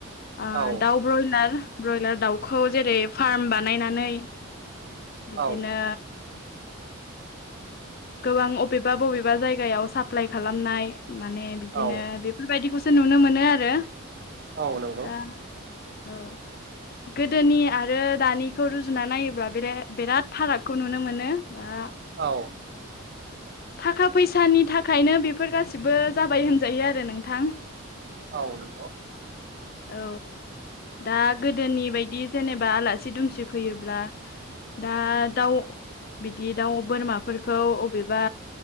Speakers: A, on the left (about 45°); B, on the right (about 50°).
A: ओ
B: औ
A: दाउब्र'यला ब्रयलार दाउखौ जेरै फार्म बानायनानै बिदिनो
B: औ
A: गोबां अबेबा बबेबा जायगायाव साप्लााय खालामनाय माने बिदिनो
B: औ
A: बेफोरबायदिखौ स नुनो मोनो आरो
B: औ नंगौ
A: दा औ। गोदोनि आरो दानिखौ रुजुना नायोब्ला बिरा-बिराद फारागखौ नुनो मोनो ओ
B: औ।
A: थाखा फैसानि थाखायनो बेफोर गाससिबो जाबाय होनजायो आरो नोंथां ।
B: औ नंगौ।
A: औ। दा गोदोनि बायदि जेनेबा आलासि दुमसि फैयोब्ला दा दाउ बिदि दाउ बोरमाफोर खौ अबेबा